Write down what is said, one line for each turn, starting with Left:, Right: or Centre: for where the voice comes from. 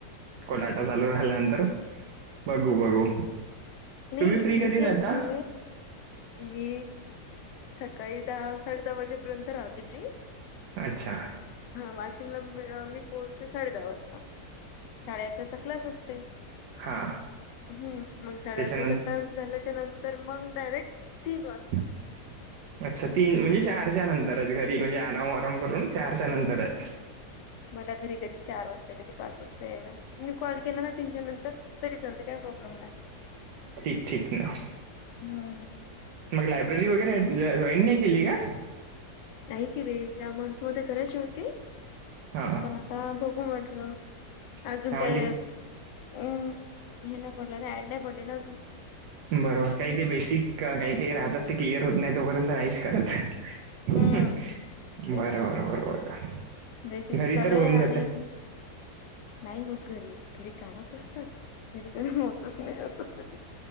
Right: कोडाटा चालू राहिल्यानंतर. बघू बघू..
Left: नाही
Right: तुम्ही फ्री
Left: रिंक
Right: कधी राहता?
Left: येते मी सकाळी दहा साडे दहा वाजेपर्यंत राहते फ्री.
Right: अच्छा!
Left: हा वाशिमला मी पोहोचते साडे दहा वाजता साडे अकरा वाजता क्लास असते.
Right: हां
Left: हम्म मग साडे
Right: त्याच्यानंतर
Left: अकराचा क्लास झाल्याच्या नंतर मग डायरेक्ट तीन वाजता.
Right: <unintelligible> अच्छा तीन म्हणजे चारच्या नंतरच घरी म्हणजे आराम वराम करून चारच्या नंतरच.
Left: मला घरी कधी चार वाजता कधी पाच वाजता यायला. मी कॉल केला ना तीनच्याार नंतर तरी चालते काय प्रॉब्लेम नाही.
Right: ठीक ठीक ना
Left: हम्म..
Right: मग लायब्ररी वगैरे जॉईन नाही केली का?
Left: नाही केले या मंथ मध्ये करायची होती.
Right: हा
Left: पण आता बघू वाटलं अजून
Right: हा म्हणजे
Left: ते हम् हे नाही पडलं ना ऍड नाही पडली ना अजून.
Right: बरोबर काही ते बेसिक काही काही राहतात ते क्लिअर होत नाही तोपर्यंत आईश करात बरोबर
Left: हम्म तेच
Right: बरोबर
Left: बेसिकच
Right: घरी
Left: चालूय
Right: तर होऊन
Left: आणि
Right: जाते.
Left: नाही होत घरी घरी कामच असतात घरी गम होतच नाही जास्तचध.